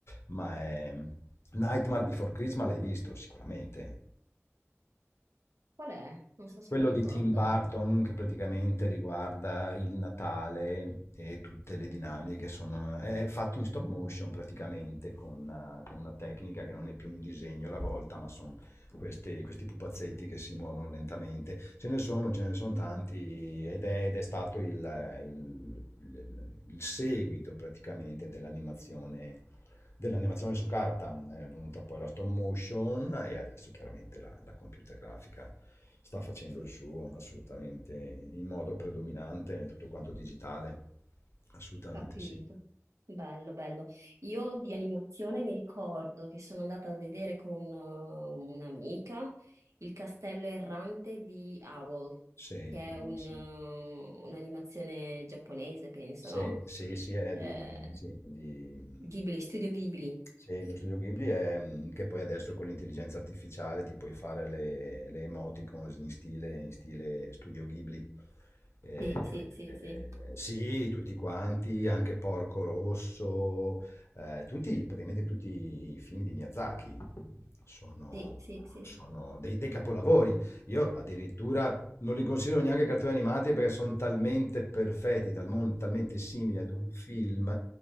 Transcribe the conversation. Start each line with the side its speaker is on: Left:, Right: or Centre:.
Left: ma è... Nightmare Before Christmas l'hai visto sicuramente.
Right: Qual è? Non so se
Left: Quello
Right: lo ricordo.
Left: di Tim Burton che praticamente riguarda il Natale e tutte le dinamiche sono, è fatto in stop motion praticamente con, eh, con una tecnica che non è più un disegno alla volta, ma sono queste- questi pupazzetti che si muovono lentamente. Ce ne sono, ce ne sono tanti
Right: Mm,
Left: ed è, ed è stato il, il- il- il seguito praticamente dell'animazione Dell'animazione su carta mm, è venuta poi la stop motion e adesso chiaramente la, la computer grafica sta facendo il suo assolutamente in modo predominante, tutto quanto digitale. Assolutamente
Right: Capito.
Left: sì.
Right: Bello, bello. Io di animazione mi ricordo che sono andata a vedere con uh, un'amica il Castello Errante di Howl,
Left: Sì,
Right: che
Left: bellissimo.
Right: è un, uh, un'animazione giapponese, penso,
Left: Sì,
Right: no?
Left: sì, sì, è
Right: Eh,
Left: di, sì, di-
Right: Ghibli, Studio Ghibli.
Left: Sì, lo studio Ghibli è mh, che poi adesso con l'intelligenza artificiale ti puoi fare le, le emoticons in stile, in stile studio Ghibli. Eh,
Right: Sì, sì, sì,
Left: eh,
Right: sì,
Left: sì, tutti quanti, anche Porco Rosso, eh, tutti, praticamente tutti i film di Miyazaki sono,
Right: sì, sì, sì.
Left: sono dei, dei capolavori. Io addirittura non li considero neanche cartoni animati perché sono talmente perfetti, talmon- talmente simili ad un film